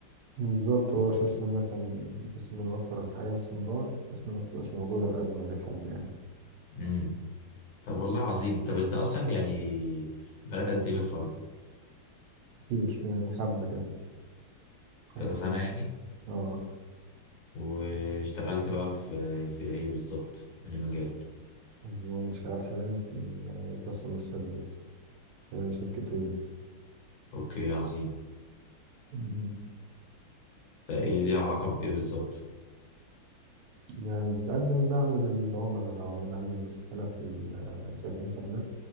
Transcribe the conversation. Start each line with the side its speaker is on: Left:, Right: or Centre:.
Right: بالظبط هو السيستم ده كان بس إنه يوفر الحياة باستمرار بس ما تبقاش موجودة الأزمة دي لحد يعني
Left: امم طب والله عظيم طب أنت أصلا يعني بقالك قد إيه متخرج؟
Right: كتير آه، حبة كده خالص
Left: كذا سنة يعني
Right: اه
Left: واشتغلت بقى في في إيه بالظبط؟ يعني مجال
Right: وأنا شغال حاليا في كاستمر سيرفيس في شركة وي
Left: أوكي عظيم
Right: مم.
Left: ده إيه ليه علاقة بإيه بالظبط؟
Right: يعني بتقدم دعم للعملاء لو عميل عنده مشكلة في ال- في الإنترنت